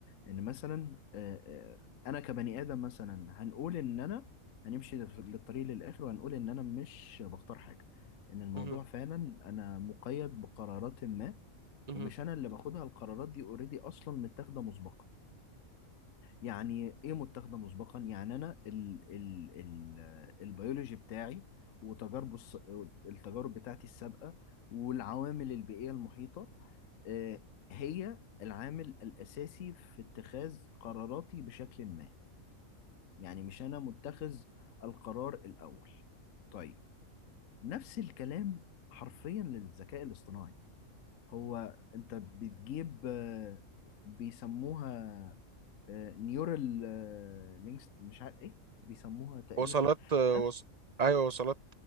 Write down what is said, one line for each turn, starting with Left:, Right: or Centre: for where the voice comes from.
Left: ان مثلا آه، آه، انا كبني ادم مثلا هنقول ان انا هنمشي لف- للطريق للاخر وهنقول ان انا مش بختار حاجه ان الموضوع
Right: مهم.
Left: فعلا انا مقيد بقرارات ما
Right: مهم.
Left: ومش انا اللي باخدها القرارات دي اوريدي اصلا متاخده مسبقا يعني ايه متاخده مسبقا يعني انا ال ال ال البيولوجي بتاعي وتجاربه الس- التجارب بتاعتي السابقه والعوامل البيئيه المحيطه آه، هي العامل الاساسي في اتخاذ قراراتي بشكل ما يعني مش انا متخذ القرار الاول طيب نفس الكلام حرفيا للذكاء الاصطناعي هو انت بتجيب آه، بيسموها نيورال لينكس مش عارف ايه بيسموها تقريبا
Right: وصلات
Left: نفس
Right: وص... ايوه وصلات